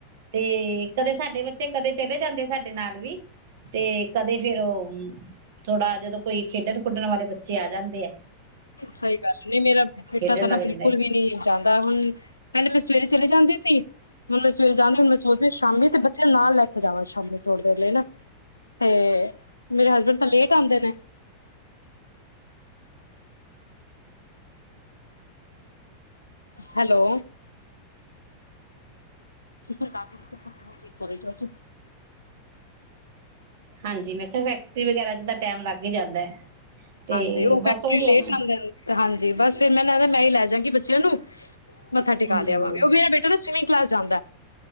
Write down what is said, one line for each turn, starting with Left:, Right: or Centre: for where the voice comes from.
Right: ਤੇ ਕਦੇ ਸਾਡੇ ਬੱਚੇ ਕਦੇ ਚਲੇ ਜਾਂਦੇ ਸਾਡੇ ਨਾਲ ਵੀ। ਤੇ, ਕਦੇ ਫੇਰ ਉਹ ਥੋੜਾ ਜਦੋਂ ਕੋਈ ਖੇਡਣ-ਕੁੜਣ ਵਾਲੇ ਬੱਚੇ ਆ ਜਾਂਦੇ ਏ।
Left: ਸਹੀ ਗੱਲ, ਨਹੀਂ ਮੇਰਾ ਬੇਟਾ
Right: ਖੇਡਣ
Left: ਤਾਂ
Right: ਲੱਗ
Left: ਨਾ ਬਿਲਕੁਲ
Right: ਜਾਂਦੇ
Left: ਵੀ ਨੀ ਜਾਂਦਾ ਹੁਣ, ਪਹਿਲੇ ਮੈਂ ਸਵੇਰੇ ਚਲੇ ਜਾਂਦੀ ਸੀ ਹੁਣੈਂ ਸਵੇਰ ਜਾਂਦੀ ਹੁ ਮੈਂ ਸੋਚਦੀ ਸ਼ਾਮੀ ਤੇ ਬੱਚੇ ਨਾਲ ਲੈ ਕ ਜਾਵਾਂ ਸ਼ਾਮੀ ਥੋੜ੍ਹੀ ਦੇਰ ਲੈ ਨਾ ਤੇ ਮੇਰੇ ਹਸਬੈਂਡ ਤਾਂ ਲੇਟ ਆਉਂਦੇ ਨੇ। ਹੈਲੋ ਕਿ <unintelligible>
Right: ਹਾਂਜੀ ਮੈਂ <unintelligible> ਫੈਕਟਰੀ ਵਗੈਰਾ ਚ ਤਾਂ ਟੈਮ ਲੱਗ ਹੀ ਜਾਂਦਾ ਹੈ। ਤੇ
Left: ਹਾਂਜੀ ਉਹ ਫੈਕਤਰੀਓ
Right: ਬਸ ਉਹੀ ਹੈ
Left: ਲੇਟ
Right: ਨਾ
Left: ਆਂਦਾ, ਹਾਂਜੀ ਜੀ ਬਸ ਫੇਿਰ ਮੈਂ ਲ ਕਹਿੰਦਾ ਮੈਂ ਹੀ ਲੈਜਗੀ ਬੱਚਿਆਂ ਨੂੰ ਮੱਥਾ ਟੇਕਾ
Right: ਹਮ
Left: ਲੇਆਵਾਂਗੇ, ਉਹ ਵੀੇ ਏ ਬੇਟਾ ਨਾ ਸਵਿੰ <unintelligible> ਜਾਂਦਾ